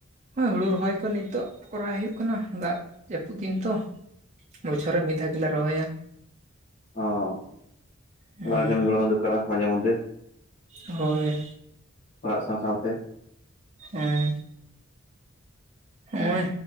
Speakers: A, on the right (about 35°); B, on the left (about 40°).
A: ᱦᱩᱲᱩ ᱨᱚᱦᱚᱭ ᱠᱚ ᱱᱤᱛᱚᱜ ᱠᱚᱨᱟᱣ ᱦᱩᱭᱩᱜ ᱠᱟᱱᱟ ᱫᱟᱜ ᱡᱟᱹᱯᱩᱫ ᱫᱤᱱ ᱛᱚ᱾ ᱵᱚᱪᱷᱚᱨ ᱨᱮ ᱢᱤᱫ ᱫᱷᱟᱣ ᱜᱮᱞᱮ ᱨᱚᱦᱚᱭᱟ᱾
B: ᱚᱸᱻ
A: ᱦᱮᱸ
B: ᱚᱲᱟᱜ ᱨᱮ ᱠᱟᱢᱤ ᱜᱚᱲᱚ ᱫᱩᱠᱟᱹᱱᱟ ᱢᱟᱡᱷᱮ ᱢᱚᱫᱽᱫᱷᱮ᱾
A: ᱦᱳᱭ᱾
B: ᱚᱲᱟᱜ ᱥᱟᱶ ᱥᱟᱶᱛᱮ
A: ᱦᱮᱸᱻ ᱱᱚᱸᱜᱼᱚᱭ
B: ᱦᱩᱸ